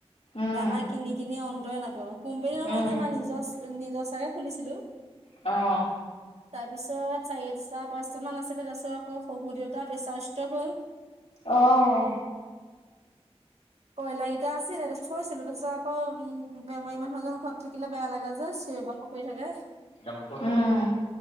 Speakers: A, on the left; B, on the right.
A: উম,
B: দানা কিনি-কিনি অন্তৰেই নাপাওঁ, কোম্পেনী নহয়
A: উম,
B: যে আমাৰ নিজৰ চ নিজচাকে খুলিছিলো।
A: অ'।
B: তাৰ পিছত চাৰিটা-পাঁচটা মান আছিলে, তাৰছত আকৌ শহুৰ দেউতা পেচাৰ ষ্ট্ৰোক হ'ল।
A: অ'।
B: কয়লাৰ কিটা আছিলে তাৰছত থৈছিলো, তাৰপিছত আকৌ উম বেমাৰী মানুহ এজন ঘৰত থাকিলে বেয়া লাগে যে, চিয়ৰ-বাখৰ কৰি থাকে।
A: উম, উম,